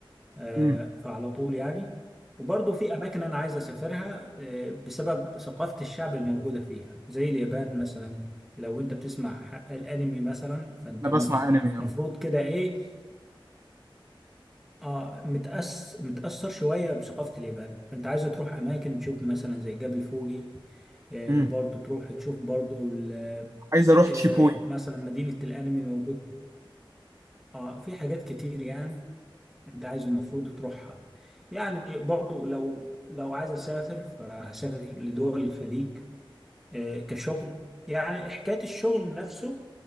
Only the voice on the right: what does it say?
مم،
انا بسمع انمي اه
مم.
عايز اروح
تشيبوي